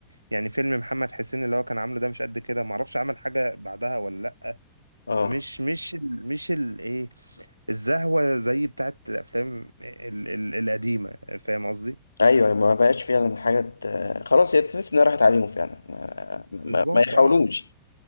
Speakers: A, on the right (about 85°); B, on the left (about 80°).
A: يعني فيلم محمد حسين اللي هو كان عامله ده مش قد كده معرفش عمل حاجه بعدها ولا لا
B: اه
A: مش مش ال مش ال ايه الزهوه زي بتاعت الافلام ال ال القديمه فاهم قصدي
B: ايوه أيوة، ما بقاش فعلا حاجه ت- خلاص هي تحس انها راحت عليهم فعلا ما, ما
A: بالظبط
B: ما يحاولوش
A: اه